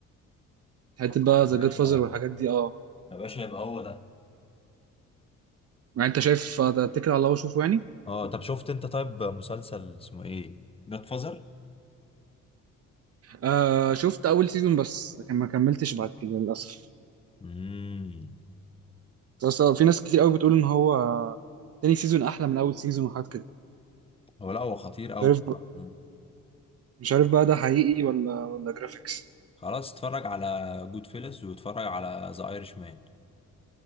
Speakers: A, on the right; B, on the left.
A: حته
B: طب خلاص
A: بقى ذا
B: يا باشا.
A: جاد فازر والحاجات دي اه
B: يا باشا يبقى هو ده
A: يعني انت شايف آه، اتكل على الله وشوفه يعني
B: اه طب شفت انت طيب مسلسل اسمه ايه جاد فازر
A: آه شفت اول سيزون بس لكن ما كملتش بعد كده للاسف
B: امم
A: بس آه، في ناس كتير قوي بتقول ان هو آه، تاني سيزون احلى من اول سيزون وحاجات كده
B: هو لا هو خطير قوي
A: مش عارف
B: بصراحه
A: بقى.
B: مم.
A: مش عارف بقى ده حقيقي ولا ولا جرافيكس
B: خلاص اتفرج على جود فيلس واتفرج على ذا ايرش مان